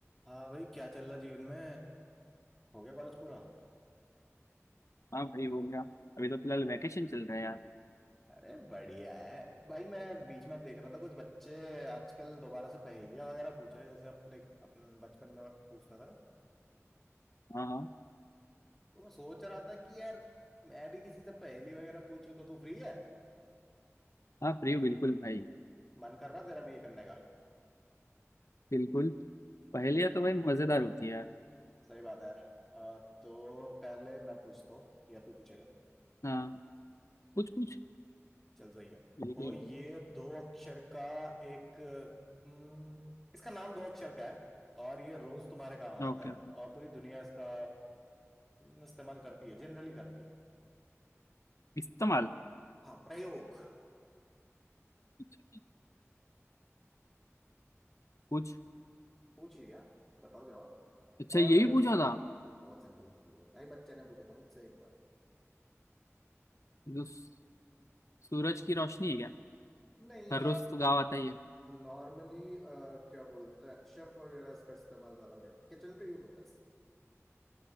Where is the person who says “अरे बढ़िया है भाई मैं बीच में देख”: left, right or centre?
Centre